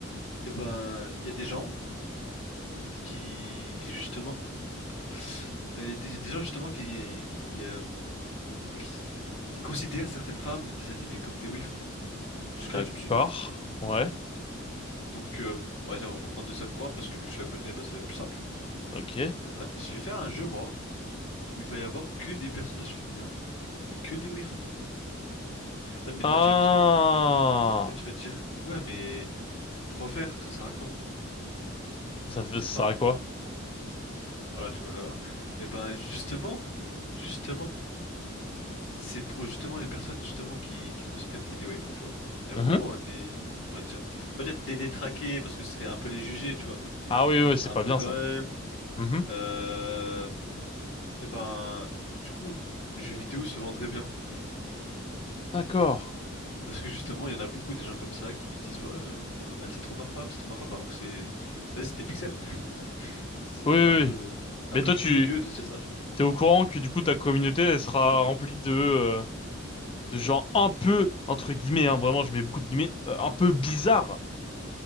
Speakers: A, on the left; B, on the left.
A: et ben, il y a des gens qui, qui justement, oh, on a pas fait. Euh, il y a des, des gens justement qui, qui, euh, qui, qui considèrent certaines femmes des animés comme des waifus. Jusque-là,
B: D'accord,
A: tu me suis.
B: ouais,
A: Donc, euh, ouais, on va prendre de Sakura, parce que vu que tu la connais, bah ça va être plus simple.
B: ok.
A: Et ben, je vais faire un jeu, moi. où il va y avoir que des personnages féminins et que des waifus. Là, mais
B: Ah,
A: là, tu vas me dire, là, tu vas te dire, ouais, mais pourquoi faire? Ça sert à quoi?
B: ça fait
A: Et
B: ça
A: ben,
B: à quoi?
A: voilà, tu me, voilà. Et ben, justement, justement, c'est pour justement les personnes justement qui, qui considèrent qu'il y a des waifus, tu vois. Il y en
B: Mhm.
A: a beaucoup, hein, des, on va dire, peut-être des détraqués parce que ce serait un peu les juger, tu vois, mais
B: Ah oui, oui, oui, c'est
A: un
B: pas
A: peu
B: bien
A: quand
B: ça.
A: même.
B: Mhm.
A: Euh, et ben, du coup, le jeu vidéo se vendrait bien. tu vois
B: D'accord.
A: Parce que justement, il y en a beaucoup des gens comme ça qui disent, ouais, euh, moi, elle, c'est trop ma femme, c'est trop ma femme, alors que c'est, vas-y, c'était Pixel. C'est
B: Oui, oui.
A: un peu,
B: oui.
A: un
B: Mais
A: peu
B: toi,
A: curieux
B: tu
A: de se dire ça, tu vois.
B: t'es au courant que du coup ta communauté elle sera remplie de euh, de gens un peu entre guillemets, hein, vraiment, je mets beaucoup de guillemets, euh, un peu bizarre.